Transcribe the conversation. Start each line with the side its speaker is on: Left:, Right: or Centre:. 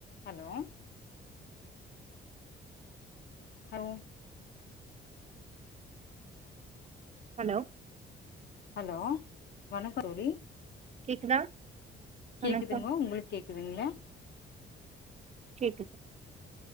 Left: Hello ஹல்
Right: hello
Left: hello வணக்கோ தோழி
Right: கேக்குதா
Left: கேக்குதும்மோ
Right: வணக்கம்
Left: உங்ளுக் கேக்குதுங்ளா
Right: கேக்குது